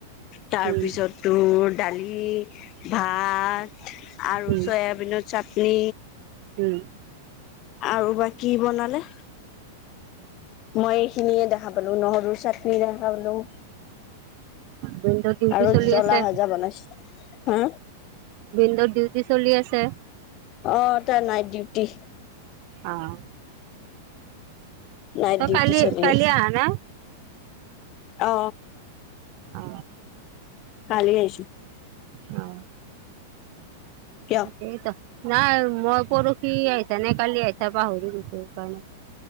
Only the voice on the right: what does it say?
উম
উম
উম
ভিনদেউৰ ডিউটি
চলি
আছে,
ভিনদেউৰ ডিউট কি চলি আছে।
আহ।
ত।
কাল
কালি
আনাই।
অ।
অ।
সেইতো নাই মই পৰহি আহিছা, নে কালি আহিছা পাহৰি গৈছো। সেইকাৰণে